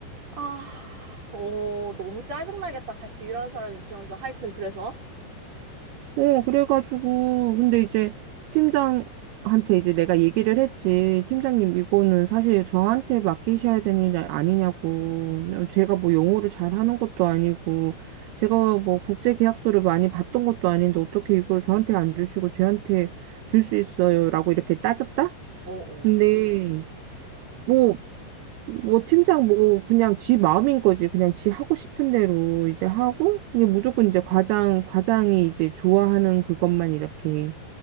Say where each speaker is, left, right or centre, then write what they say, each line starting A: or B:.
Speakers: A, on the right; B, on the right.
A: 아, 어, 너무 짜증나겠다. 같이 일하는 사람 입장에서. 하여튼, 그래서.
B: 어, 그래가지고, 근데 이제 팀장한테 이제 내가 얘기를 했지. 팀장님, 이거는 사실 저한테 맡기셔야 되는 일 아니냐고. 제가 뭐 영어를 잘하는 것도 아니고, 제가 뭐 국제 계약서를 많이 봤던 것도 아닌데 어떻게 이걸 저한테 안 주시고 쟤한테 줄 수 있어요? 라고 이렇게 따졌다?
A: 어,
B: 근데,
A: 어.
B: 뭐, 뭐 팀장 뭐 그냥 지 마음인 거지. 그냥 지 하고 싶은 대로 이제 하고 이게 무조건 이제 과장 과장이 이제 좋아하는 그것만 이렇게